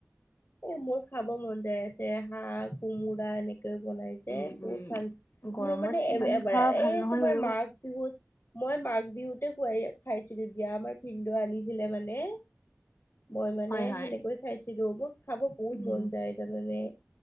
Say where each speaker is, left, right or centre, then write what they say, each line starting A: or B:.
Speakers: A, on the left; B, on the left.
A: এ মোৰ খাব মন যাই আছে, হাঁহ কোমোৰা এনেকে। বনাই যে
B: উম
A: বহুত
B: উম
A: ভাল।
B: গৰমত
A: মোৰ মানে
B: ইমান
A: এ এবাৰ
B: খোৱা
A: এই
B: ভাল নহয়
A: তোমাৰ
B: বাৰু
A: মাঘ বিহুত। মই মাঘ বিহুতে খুৱাই খাইছিলো দিয়া। আমাৰ ভিনদেউ আনিছিলে মানে। মই মানে
B: হয় হয়
A: সেনেকৈ খাইছিলো। মোৰ খাব বহুত
B: উম
A: মন যায় জানানে।